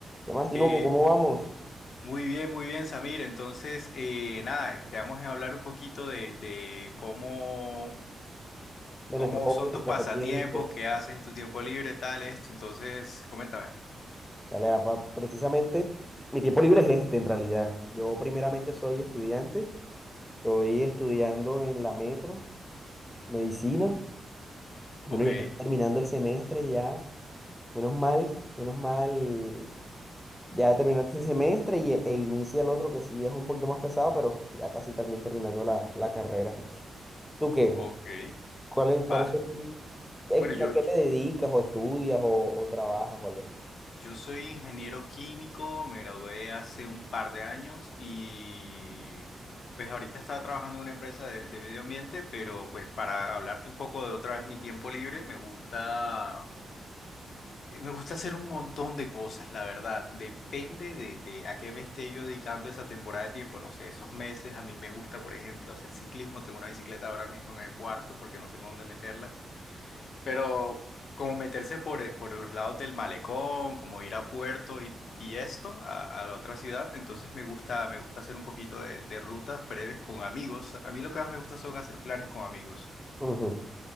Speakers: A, in the centre; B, on the left (about 60°).
A: ¿Qué más, Tinoco?
B: Eh,
A: ¿Cómo vamos?
B: muy bien, muy bien, Samir. Entonces, eh, nada, quedamos en hablar un poquito de, de cómo,
A: De
B: cómo
A: nuestros hobbies,
B: son tus pasatiempos,
A: pasatiempos.
B: qué haces en tu tiempo libre, tal, esto. Entonces, coméntame.
A: Dale, papá. Precisamente, mi tiempo libre es este, en realidad. Yo primeramente soy estudiante. Estoy estudiando en la Metro, medicina. Bueno,
B: Ok,
A: ya casi terminando el semestre, ya. Menos mal, menos mal. Ya terminando este semestre y, e inicia el otro que sí es un poquito más pesado, pero ya casi también terminando la, la carrera. ¿Tú qué?
B: ok.
A: ¿Cuáles, cuáles
B: Va.
A: son? ¿En-
B: Bueno, yo,
A: ¿A qué te dedicas o estudias o, o trabajas o algo así?
B: yo soy ingeniero químico, me gradué hace un par de años y pues ahorita estaba trabajando en una empresa de, de medio ambiente, pero pues para hablarte un poco de otra vez mi tiempo libre, me gusta... Eh, Me gusta hacer un montón de cosas, la verdad. Depende de, de a qué me esté yo dedicando esa temporada de tiempo. No sé, esos meses a mí me gusta, por ejemplo, hacer ciclismo. Tengo una bicicleta ahora mismo en el cuarto porque no tengo dónde meterla. Pero como meterse por, eh, por los lados del malecón, como ir a Puerto y, y esto, a, a la otra ciudad. Entonces me gusta, me gusta hacer un poquito de, de rutas breves con amigos. A mí lo que más me gusta son hacer planes con amigos.
A: Ujú,